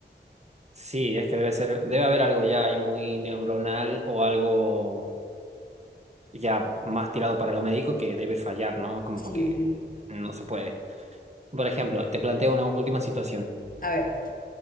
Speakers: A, on the right; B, on the left.
A: Sí, es que debe ser, debe haber algo ya ahí muy neuronal o algo ya más tirado para lo médico que debe fallar, ¿no? Como
B: Sí.
A: que no se puede. Por ejemplo, te planteo una última situación.
B: A ver,